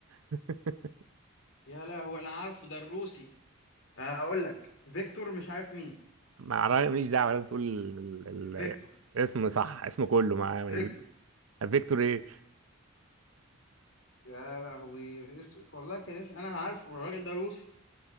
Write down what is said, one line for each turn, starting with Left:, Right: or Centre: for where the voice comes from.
Right: <laughs>
Left: يا لهوي انا عارفه ده الروسي هقول لك فيكتور مش عارف مين
Right: ما أعرف- ماليش دعوة لازم تقول ال...
Left: فيكتور
Right: ال... اسم صح اسمه كله مع
Left: فيكتور
Right: فيكتور ايه
Left: يا لهوي اسمه والله كان اسم انا عارفه الراجل ده روسي